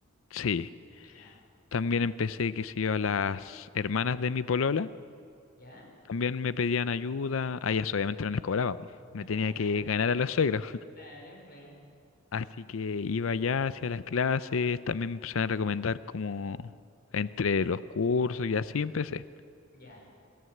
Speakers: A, on the left (about 75°); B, on the left (about 50°).
A: sí.
B: Ya.
A: También empecé, que si yo, a las hermanas de mi polola,
B: ¿Ya?
A: también me pedían ayuda, a ellas obviamente no les cobraba, po. Me
B: <laughs>
A: tenía que ganar a los suegros.
B: Claro, claro.
A: Así que iba ya hacia las clases, también me empezaron a recomendar como entre los cursos y así empecé.
B: Ya,